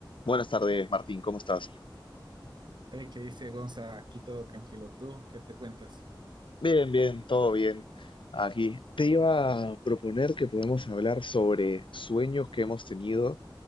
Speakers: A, on the left; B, on the right.
A: Buenas tardes, Martín, ¿cómo estás?
B: Eh, ¿qué dice Gonza? Aquí todo tranquilo. ¿Tú qué te cuentas?
A: Bien, bien, todo bien. Aquí te iba a proponer que podemos hablar sobre sueños que hemos tenido